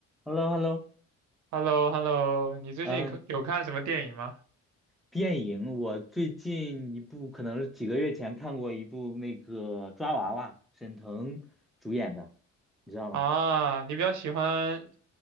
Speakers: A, in the centre; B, on the right.
A: Hello，Hello，
B: h e l l o h e l l o 你最近可有看什么电影吗？
A: 嗯，电影我最近一部可能是几个月前看过一部那个抓娃娃，沈腾主演的，你知道吗？
B: 啊，你比较喜欢